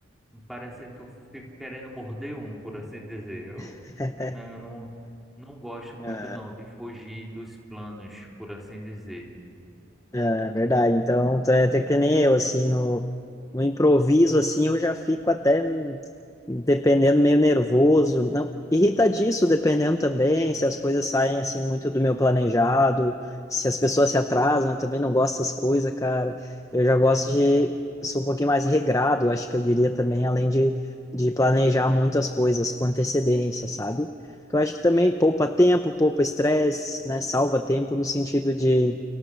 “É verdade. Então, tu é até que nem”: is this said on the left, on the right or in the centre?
Left